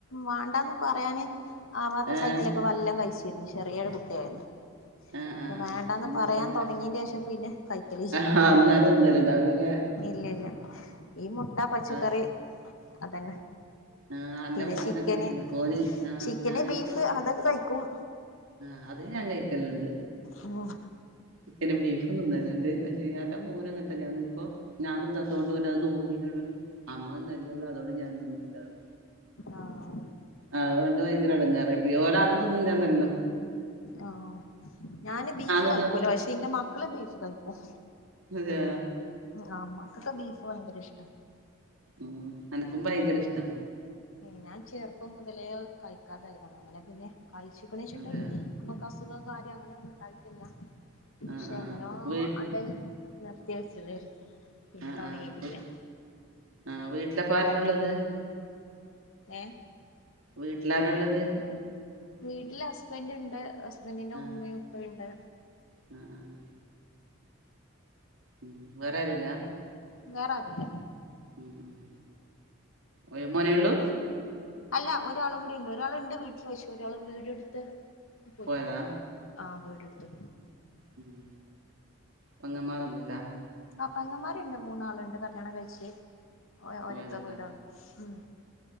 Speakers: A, on the left; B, on the right.
A: വാണ്ടാന്ന് പറയാന് ആവാത്ത
B: ആഹ്
A: ടൈമിലൊക്കെ നല്ലം കഴിച്ചു. <unintelligible> ചെറിയ കുട്ടിയായിരുന്ന്.
B: ആഹ്
A: ഇപ്പൊ
B: ആഹ്
A: വേണ്ടാന്ന്
B: അന്നേരല്ലേ
A: പറയാൻ തൊടങ്ങീന്റെ ശേഷം പിന്നെ കൈക്കലില്ലാ.
B: ആഹ് അന്നേരം തിന്നല്ണ്ടാവൂലാല്ലേ
A: ഇല്ല ഇല്ല ഈ മുട്ട പച്ചക്കറി
B: ആഹ്
A: അതന്നെ.
B: ആഹ് അന്റെ
A: പിന്നെ
B: മോന്
A: ചിക്കന്
B: അങ്ങനെയാന്ന് ഓന് ആഹ്
A: ചിക്കന്
B: ഞാനീ
A: ബീഫ്
B: പോ
A: അതൊക്കെ കയിക്കും.
B: ആഹ് അത് ഞാൻ കഴിക്കല്ണ്ട്.
A: ഉം
B: ചിക്കനും ബീഫും തിന്നല്ണ്ട് പക്ഷേ അൻ്റെ മോനും അങ്ങനെ തന്നെയാന്ന് ഇപ്പൊ ഞാൻ തിന്നാത്തോണ്ട് ഓനത് നോക്കിട്ട് <unintelligible> അമ്മ തിന്നര്തല്ലോ അതോണ്ട് ഞാനും തിന്ന്ന്നില്ലാന്ന്
A: ആഹ്.
B: അതുകൊണ്ട് ഭയങ്കര എടങ്ങേറായി പോയി ഓനാദ്യം തിന്ന്ന്നതാണ് എല്ലോം
A: ആഹ് ഞാന് ബീഫ്
B: തിന്നാത്ത
A: കയിക്കൂലാ പക്ഷെ എന്റെ മക്കള് ബീഫ് കഴിക്കും.
B: അതെയാ?
A: ആഹ് മക്കക്ക് ബീഫ് ഭയങ്കര ഇഷ്ട്ടാ.
B: ഉം എനക്കും ഭയങ്കര ഇഷ്ട്ടാ
A: ഉം ഞാൻ ചെറുപ്പം മുതലേ കഴിക്കാതായതാണ് അങ്ങനെ പിന്നെ കഴിച്ചിക്കണച്ചിട്ട്
B: അതെയോ
A: നമ്മക്ക് അസുഖം കാര്യ അങ്ങനെ ഒന്നും ഉണ്ടായിട്ടില്ലാ പക്ഷെ
B: ആഹ് ആഹ്
A: എങ്ങനോ
B: വീ
A: അ നിർത്തി വെച്ചതായിരുന്നു പിന്നെ
B: ആഹ്
A: തൊടങ്ങീട്ടില്ലാ.
B: ആഹ് ആഹ് വീട്ടിലപ്പ ആരെല്ലാ ഉള്ളത്?
A: ഏഹ്
B: വീട്ടിലാരള്ളത്?
A: വീട്ടില് ഹസ്ബൻഡ്ണ്ട് ഹസ്ബന്റിന്റെ
B: ആഹ്
A: ഉമ്മയും ഉപ്പയുണ്ട്.
B: ആഹ് ആഹ് ഉം വേറെ ആരൂല്ലാ.
A: വേറെ ആരൂല്ലാ
B: ഉം ഒരു മോനേ ഉള്ളൂ.
A: അല്ല ഒരാളും കൂടി ഇണ്ട് ഒരാളുണ്ട് വീട്ടില് പക്ഷെ ഒരാള് വീടെടുത്ത് പോയിക്കണ്
B: പോയതാ
A: ആഹ് വീടെടുത്ത്
B: ഉം പെങ്ങമാറൊന്നൂല്ലാ.
A: ആഹ് പെങ്ങമ്മാര്ണ്ട് മൂന്നാളുണ്ട് കല്യാണം കഴിച്ച്. ഓ ഓരൊക്കെ
B: പോയതല്ലേ
A: വീടാണ് ഉം